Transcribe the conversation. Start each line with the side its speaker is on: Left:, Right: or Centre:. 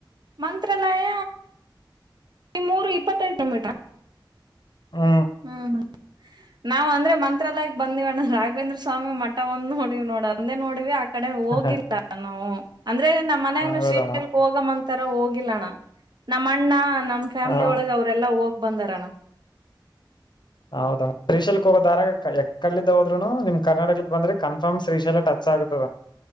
Right: ಮಂತ್ರಾಲಯ ಮೂರು ಇಪ್ಪತ್ತೈದು ಮೀಟ
Left: ಹ್ಮ
Right: ಹಾ ಹಾ ನಾವವು ಅಂದ್ರೆ ಮಂತ್ರಾಲಯ ಬಂದಿವವಣ್ಣ ರಾಘೇಂದ್ರ ಸ್ವಾಮಿ ಮಠ ಒಂದ ನೋಡೀ ನೋಡ ಅಂದೇ ನೋಡವಿ ಕಡೆ ಹೋಗಿಲ್ಲ
Left: ಹ
Right: ನಾವು ಅಂದ್ರೆ ನಮ್ಮ್ ಮನ
Left: ಹೌದಮ್ಮ
Right: ಹೋಗ ಮಂತರ ಹೋಗಿಲ್ಲಣ್ಣ ನಮ್ಮ ಅಣ್ಣ ನಮ್ ಫ್ಯಾಮ್ಲಿ
Left: ಹ
Right: ಒಳಗೆ ಅವರೆಲ್ಲಾ ಹೋಗ್ ಬಂದಾರಣ್ಣ
Left: ಹೌದ ಶ್ರೀಶಲ್ಕ್ ಹೋಗೋದಾರಾಗಕ್ ಕಡ್ಿದ್ದ ಹೋದ್ರುನು ನಿಮ್ ಕರ್ಟಕದ ಬಂದ್ರೆ ಕನ್ಫರ್ಮ್ ಶ್ರೀಶಲ್ ಟತ್ ಆಗದ